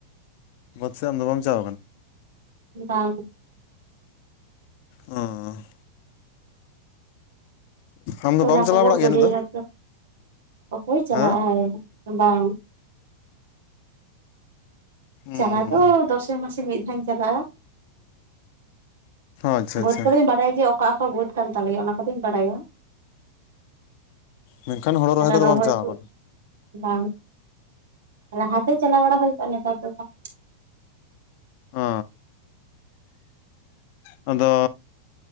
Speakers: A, on the left (about 55°); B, on the right (about 75°).
A: ᱵᱟᱹᱫᱽ ᱥᱮᱫ ᱟᱢ ᱫᱚ ᱵᱟᱢ ᱪᱟᱣ ᱠᱟᱱᱟ᱾
B: ᱵᱟᱝ᱾
A: ᱚᱸᱻ᱾ ᱟᱢ
B: ᱛᱚᱞᱟ
A: ᱫᱚ ᱵᱟᱢ ᱪᱟᱞᱟᱣ
B: ᱠᱚᱠᱚ
A: ᱵᱟᱲᱟᱜ
B: ᱜᱤᱰᱤᱭᱮᱫᱟ
A: ᱜᱮᱭᱟ ᱩᱱᱟᱹᱜ ᱫᱚ?
B: ᱚᱠᱚᱭ ᱪᱟᱞᱟᱜᱼᱟᱭ
A: ᱦᱮᱸ
B: ᱵᱟᱝ᱾
A: ᱦᱩᱸ
B: ᱪᱟᱞᱟᱣ ᱫᱚ ᱫᱚᱥᱮ ᱢᱟᱥᱮ ᱢᱤᱫ ᱫᱷᱟᱣ ᱤᱧ ᱪᱟᱞᱟᱜᱼᱟ,
A: ᱟᱪᱪᱷᱟ
B: ᱵᱟᱹᱫᱽ
A: ᱟᱪᱪᱷᱟ
B: ᱠᱚᱫᱚᱧ ᱵᱟᱰᱟᱭ ᱜᱮᱭᱟ ᱚᱠᱟ ᱚᱠᱟ ᱵᱟᱹᱫᱽ ᱠᱟᱱ ᱛᱟᱞᱮᱭᱟ, ᱚᱱᱟ ᱠᱚᱫᱚᱧ ᱵᱟᱰᱟᱭᱟ᱾
A: ᱢᱮᱱᱠᱷᱟᱱ ᱦᱳᱲᱳ
B: ᱟᱨᱚ
A: ᱠᱚᱫᱚ
B: ᱨᱚᱦᱚᱭ
A: ᱵᱟᱢ ᱪᱟᱣ
B: ᱫᱚ
A: ᱠᱟᱱᱟ
B: ᱵᱟᱝ, ᱞᱟᱦᱟᱛᱮ ᱪᱟᱞᱟᱣ ᱵᱟᱲᱟ ᱦᱳᱭ ᱠᱚᱜᱼᱟ ᱱᱮᱛᱟᱨ ᱫᱚ ᱵᱟᱝ᱾
A: ᱚᱻ᱾ ᱟᱫᱚ